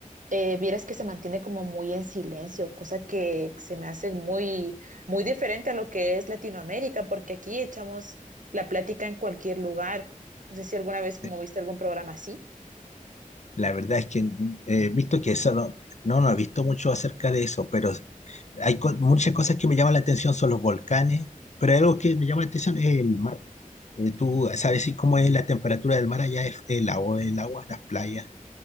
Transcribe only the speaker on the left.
Sí.
La verdad es que eh, he visto que eso no, no, no he visto mucho acerca de eso, pero hay co- muchas cosas que me llaman la atención, son los volcanes, pero hay algo que me llama la atención es el mar. Eh, ¿tú sabes si cómo es la temperatura del mar allá? ¿Es el agua, el agua, las playas?